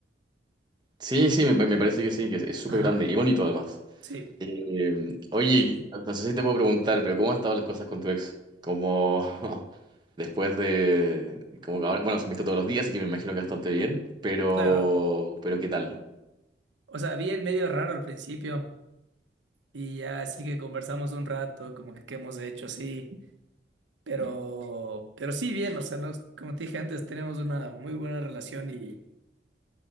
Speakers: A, on the right; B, on the right.
A: sí, sí, me, me parece que sí, que es es súper
B: Ajá,
A: grande y bonito además.
B: sí,
A: Eh, oye, no no sé si te puedo preguntar, pero ¿cómo han estado las cosas con tu ex? Como <laughs> después de, como que ahora, bueno, se han visto todos los días, así que me imagino que bastante bien, pero,
B: claro.
A: pero ¿qué tal?
B: O sea, bien medio raro al principio y ya así que conversamos un rato, como que qué hemos hecho así, pero, pero sí bien, o sea, nos- como te dije antes, tenemos una muy buena relación y, o